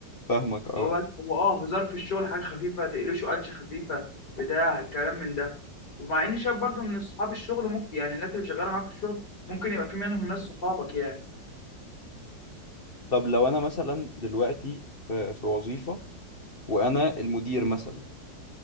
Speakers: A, on the left; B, on the left.
A: فاهمك اه
B: هو هو اه هزار في الشغل حاجه خفيفه تقلشه قلشه خفيفه بتاع الكلام من ده ومع اني شايف برضو ان اصحاب الشغل ممكن يعني الناس اللي شغاله معاك في الشغل ممكن يبقى في منهم ناس صحابك يعني
A: طب لو انا مثلا دلوقتي في في وظيفة وانا المدير مثلا